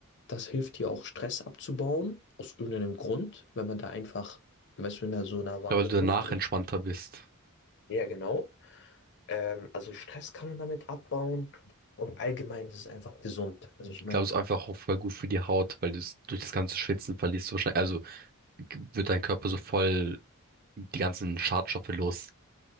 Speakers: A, on the left (about 55°); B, on the right (about 40°).
A: Das hilft dir auch Stress abzubauen, aus irgendeinem Grund, wenn man da einfach, weißt du, in der, so einer
B: Ich
A: warmen
B: glaube, weil du danach
A: Luft ist.
B: entspannter bist.
A: Ja, genau. Ähm, also Stress kann man damit abbauen und allgemein ist es einfach gesund. Also ich
B: Ich
A: meine,
B: glaube, es ist einfach auch voll gut für die Haut, weil du es durch das ganze Schwitzen verlierst du wahrscheinlich, also wird dein Körper so voll die ganzen Schadstoffe los.